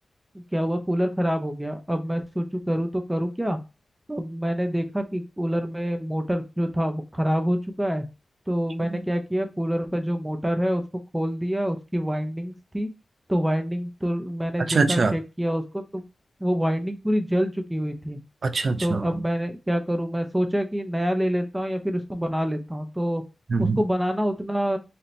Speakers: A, on the right; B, on the right.
A: क्या हुआ कूलर खराब हो गया अब मैं सोचूं करूँ तो करूँ क्या तो मैंने देखा कि कूलर में मोटर जो था वो खराब हो चुका है तो
B: अच्छा
A: मैंने क्या किया कूलर का जो मोटर है उसको खोल दिया उसकी वाइंडिंग्स थी तो वाइंडिंग तो मैंने
B: अच्छा
A: देखा चेक किया उसको तो वो वाइंडिंग पूरी जल चुकी हुई थी
B: अच्छा अच्छा
A: तो अब
B: हम्म,
A: मैंने क्या करूं मैं सोचा कि नया ले लेता हूँ या फिर उसको बना लेता हूँ तो
B: हम्म।
A: उसको बनाना उतना